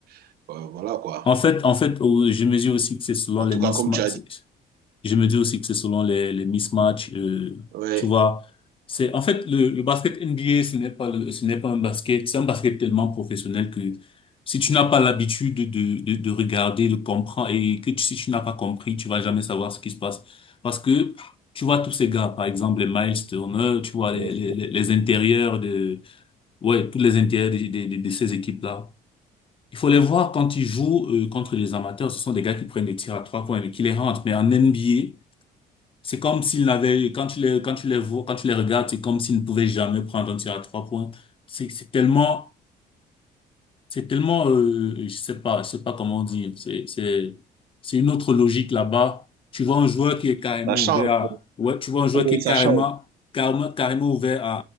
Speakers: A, on the right (about 65°); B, on the left (about 30°).
A: euh, voilà quoi.
B: En fait, en fait, au- je mesure aussi que c'est selon
A: En
B: les
A: tout
B: mismatchs,
A: cas, comme tu as dit,
B: Je me dis aussi que c'est selon les, les mismatchs, euh,
A: ouais,
B: tu vois. C'est, en fait, le, le basket NBA, ce n'est pas le, ce n'est pas un basket, c'est un basket tellement professionnel que si tu n'as pas l'habitude de, de, de regarder, de comprendre et que tu- si tu n'as pas compris, tu vas jamais savoir ce qui se passe. Parce que tu vois tous ces gars, par exemple, les Miles Turner, tu vois les,
A: bon,
B: les, les les intérieurs de, ouais, tous les intérieurs des- des- des- de, ces équipes-là. Il faut les voir quand ils jouent euh, contre les amateurs, ce sont des gars qui prennent des tirs à trois points et qui les rentrent. Mais en NBA, c'est comme s'il n'avait, quand tu les, quand tu les vois, quand tu les regardes, c'est comme s'il ne pouvait jamais prendre un tir à trois points. C'est c'est tellement c'est tellement, euh, je sais pas, je sais pas comment dire. C'est, c'est, c'est une autre logique là-bas. Tu vois un joueur qui est carrément
A: ça change.
B: ouvert à, ouais, tu vois un joueur
A: Oui,
B: qui est
A: ça
B: carrément,
A: change.
B: carrément, carrément ouvert à,